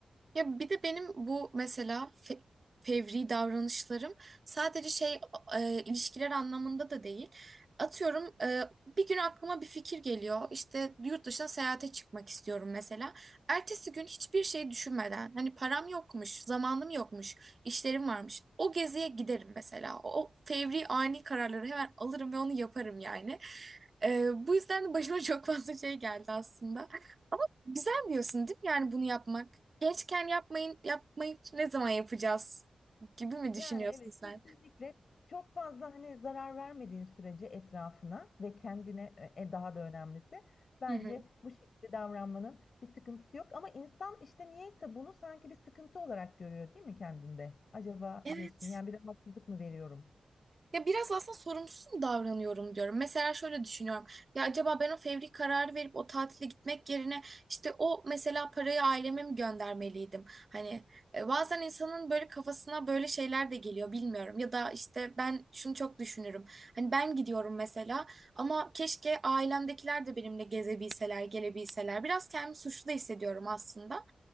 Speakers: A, on the right; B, on the left.
A: Ya bir de benim bu mesela fe- fevri davranışlarım sadece şey e, ilişkiler anlamında da değil. Atıyorum e, bir gün aklıma bir fikir geliyor. İşte yurt dışına seyahate çıkmak istiyorum mesela. Ertesi gün hiçbir şey düşünmeden hani param yokmuş, zamanım yokmuş, işlerim varmış. O geziye giderim mesela. O fevri ani kararları hemen alırım ve onu yaparım yani. E, bu yüzden de başıma <laughs> çok fazla şey geldi aslında. Güzel
B: Ya
A: diyorsun değil mi yani bunu yapmak? Gençken yapmayın, yapmayı ne zaman yapacağız gibi mi
B: Yani
A: düşünüyorsun
B: evet
A: sen?
B: kesinlikle çok fazla hani zarar vermediğin sürece etrafına ve kendine e, e, daha da önemlisi bence
A: Hı hı.
B: bu şekilde davranmanın bir sıkıntısı yok ama insan işte niyeyse bunu sanki bir sıkıntı olarak görüyor değil mi kendinde? Acaba
A: Evet.
B: diyorsun yani bir rahatsızlık mı veriyorum?
A: Ya biraz aslında sorumsuz mu davranıyorum diyorum. Mesela şöyle düşünüyorum. Ya acaba ben o fevri kararı verip o tatile gitmek yerine işte o mesela parayı aileme mi göndermeliydim? Hani e, bazen insanın böyle kafasına böyle şeyler de geliyor bilmiyorum. Ya da işte ben şunu çok düşünürüm. Hani ben gidiyorum mesela ama keşke ailemdekiler de benimle gezebilseler, gelebilseler. Biraz kendimi suçlu da hissediyorum aslında.